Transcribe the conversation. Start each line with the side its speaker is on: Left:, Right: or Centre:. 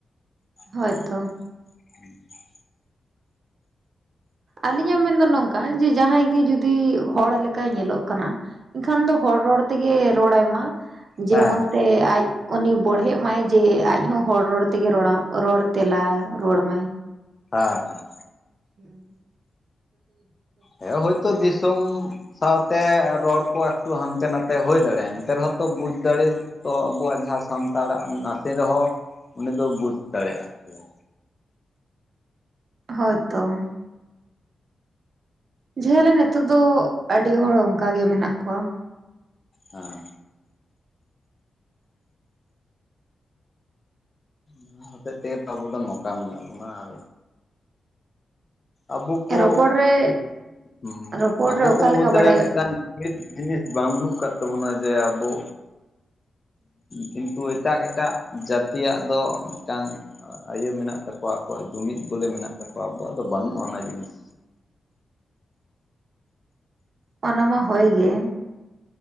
Right: ᱦᱳᱭᱛᱚ
Left: <inaudible>
Right: ᱟᱹᱞᱤᱧᱟᱜ ᱢᱮᱱᱫᱚ ᱱᱚᱝᱠᱟ ᱡᱮ ᱡᱟᱦᱟᱸᱭ ᱜᱮ ᱡᱩᱫᱤ ᱦᱚᱲ ᱞᱮᱠᱟᱭ ᱧᱮᱞᱚᱜ ᱠᱟᱱᱟ ᱮᱱᱠᱷᱟᱱ ᱫᱚ ᱦᱚᱲ ᱨᱚᱲ ᱛᱮᱜᱮ ᱨᱚᱲᱟᱭ ᱢᱟ ᱡᱮᱢᱚᱱ
Left: ᱦᱮᱸ
Right: ᱛᱮ ᱟᱡ ᱩᱱᱤ ᱵᱚᱲᱦᱮᱜ ᱢᱟᱭ ᱡᱮ ᱟᱡ ᱦᱚᱸ ᱦᱚᱲ ᱨᱚᱲ ᱛᱮᱜᱮ ᱨᱚᱲᱟ ᱨᱚᱲ ᱛᱮᱞᱟ ᱨᱩᱣᱟᱹᱲ ᱣᱟᱢᱟᱭ᱾
Left: ᱦᱮᱸ ᱦᱮᱸ,
Right: <unintelligible> <unintelligible>
Left: ᱦᱮᱸ ᱦᱳᱭᱛᱚ ᱫᱤᱥᱚᱢ ᱥᱟᱶᱛᱮ ᱨᱚᱲ ᱠᱚ ᱮᱠᱴᱩ ᱦᱟᱱᱛᱮ ᱱᱟᱛᱮ ᱦᱩᱭ ᱫᱟᱲᱮᱭᱟᱜ-ᱟ ᱮᱱᱛᱮ ᱨᱮᱦᱚᱸ ᱛᱚ ᱵᱩᱡ ᱫᱟᱲᱮ ᱛᱚ ᱟᱵᱚᱣᱟᱜ ᱡᱟᱦᱟᱸ ᱥᱟᱱᱛᱟᱲᱟᱜ ᱱᱟᱥᱮ ᱨᱮᱦᱚᱸ ᱩᱱᱤ ᱫᱚ ᱵᱩᱡ ᱫᱟᱲᱮᱭᱟᱜ ᱜᱮᱭᱟ᱾
Right: ᱦᱳᱭ ᱛᱚ ᱾ <inaudible> ᱞᱮ ᱱᱤᱛᱚᱜ ᱫᱚ ᱟᱹᱰᱤ ᱦᱚᱲ ᱚᱝᱠᱟ ᱜᱮ ᱢᱮᱱᱟᱜ ᱠᱚᱣᱟ᱾
Left: ᱦᱮᱸ, ᱚᱱᱟ ᱦᱚᱛᱮᱜ ᱛᱮᱜᱮ ᱛᱚ ᱟᱵᱚ ᱫᱚ ᱱᱚᱠᱟ ᱢᱮᱱᱟᱜ ᱵᱚᱱᱟ ᱟᱨ ᱟᱵᱚ ᱠᱚ
Right: ᱨᱚᱯᱚᱲ ᱨᱮ
Left: ᱦᱩᱸ
Right: ᱨᱚᱯᱚᱲ
Left: ᱟᱵᱚ
Right: ᱨᱮ
Left: ᱠᱚ
Right: ᱚᱠᱟᱞᱮᱠᱟ
Left: ᱢᱩᱫᱽᱨᱮ
Right: ᱵᱟᱰᱟᱭ
Left: ᱢᱤᱫᱴᱟᱝ <unintelligible> ᱵᱟᱹᱢᱱᱩᱜ ᱟᱠᱟᱫ ᱛᱟᱵᱚᱱᱟ ᱡᱮ ᱟᱵᱚ ᱠᱤᱱᱛᱩ ᱮᱴᱟᱜ ᱮᱴᱟᱜ ᱡᱟᱹᱛᱤᱭᱟᱜ ᱫᱚ ᱢᱤᱫᱴᱟᱝ ᱟᱭᱤᱭᱟᱹ ᱢᱮᱱᱟᱜ ᱛᱟᱠᱚᱣᱟ ᱟᱠᱚᱣᱟᱜ ᱡᱩᱢᱤᱫ ᱵᱚᱞᱮ ᱢᱮᱱᱟᱜ ᱛᱟᱠᱚᱣᱟ ᱟᱵᱚᱣᱟᱜ ᱫᱚ ᱵᱟᱹᱱᱩᱜ-ᱟ ᱚᱱᱟ ᱡᱤᱱᱤᱥ᱾
Right: ᱚᱱᱟ ᱢᱟ ᱦᱳᱭ ᱜᱮ,